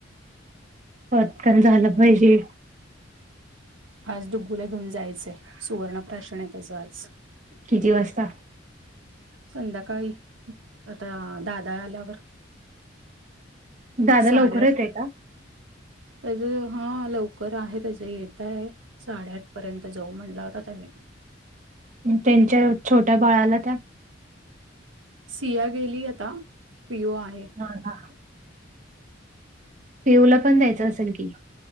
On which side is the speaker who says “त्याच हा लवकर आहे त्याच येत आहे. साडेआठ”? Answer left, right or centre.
Right